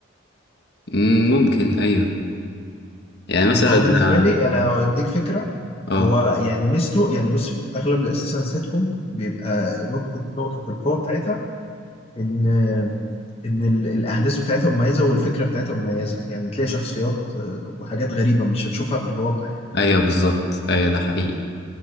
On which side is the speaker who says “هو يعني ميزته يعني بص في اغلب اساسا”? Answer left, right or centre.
Left